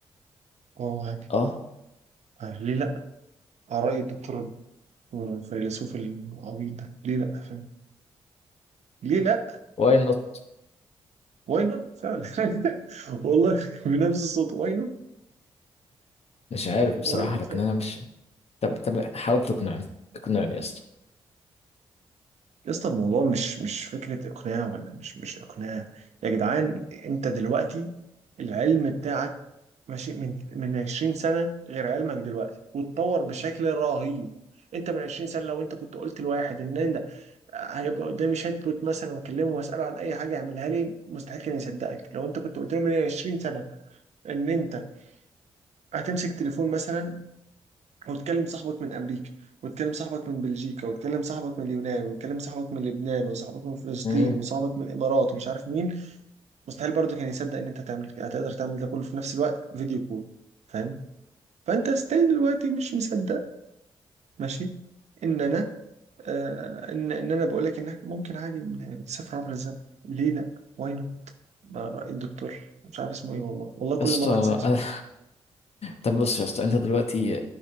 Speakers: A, on the right; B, on the left.
A: اه عادي
B: اه
A: آه، ليه لا على رأي الدكتور الفيلسوف العبيط ده ليه لا فاهم ليه لا
B: واي نوت
A: واي نوت فعلا <laughs> والله بنفس الصوت واي نوت
B: مش عارف بصراحه
A: واي نوت
B: لكن انا مش طب طب حاول تقنعني اقنعني يا اسطى
A: يا اسطى الموضوع مش مش فكرة إقناع ولا مش مش إقناع يا جدعان أنت دلوقتي العلم بتاعك ماشي من من 20 سنة غير علمك دلوقتي واتطور بشكل رهيب أنت من 20 سنة لو أنت كنت قلت لواحد إن أنت هيبقى قدامي شات بوت مثلا وأكلمه وأسأله عن أي حاجة يعملها لي مستحيل كان يصدقك لو أنت كنت قلت له من 20 سنة إن أنت هتمسك تليفون مثلا وتكلم صاحبك من امريكا وتكلم صاحبك من بلجيكا وتكلم صاحبك من اليونان وتكلم صاحبك من لبنان وصاحبك من فلسطين
B: مم.
A: وصاحبك من الامارات ومش عارف مين مستحيل برضه كان يصدق ان انت هتعمل كده هتقدر تعمل ده كله في نفس الوقت فيديو كول فاهم فانت ستيل دلوقتي مش مصدق ماشي ان انا آه ان ان انا بقول لك ان احنا ممكن عادي نسافر عبر الزمن ليه لا واي نوت الدكتور مش عارف اسمه ايه والله والله كل
B: يا اسطى
A: مره انسى اسمه
B: <laughs> أنا- طب بص يا اسطى انت دلوقتي